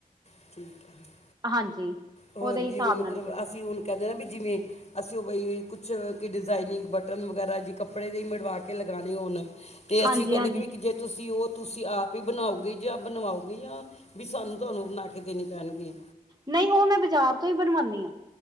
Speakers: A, on the left; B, on the right.
A: <inaudible>
B: ਹਾਂਜੀ।
A: ਹੋਰ
B: ਉਹਦੇ ਹਿਸਾਬ
A: ਜਿਵੇਂ ਮਤਲਬ
B: ਨਾਲ ਹੀ ਚੱਲਦੇ
A: ਅਸੀਂ ਹੁਣ ਕਹਿੰਦੇ ਨਾ ਵੀ ਜਿਵੇਂ ਅਸੀਂ ਉਹ ਬਈ ਕੁਛ ਕਿ ਡਿਜ਼ਾਇਨਿੰਗ ਬਟਨ ਵਗੈਰਾ ਜੇ ਕੱਪੜੇ ਦੇ ਹੀ ਮੜਵਾ ਕੇ ਲਗਾਣੇ ਹੋਣ ਅਤੇ ਅਸੀਂ
B: ਹਾਂਜੀ
A: ਕਹਿੰਦੇ
B: ਹਾਂਜੀ
A: ਕਿ ਵੀ ਜੇ ਤੁਸੀਂ ਉਹ ਤੁਸੀਂ ਆਪ ਹੀ ਬਣਾਓਗੇ ਜਾਂ ਬਣਵਾਓਗੇ ਯਾ ਵੀ ਸਾਨੂੰ ਤੁਹਾਨੂੰ ਬਣਾ ਕੇ ਦੇਣੇ ਪੈਣਗੇ?
B: ਨਹੀਂ ਉਹ ਮੈਂ ਬਾਜ਼ਾਰ ਤੋਂ ਹੀ ਬਣਵਾਣੀ ਹਾਂ।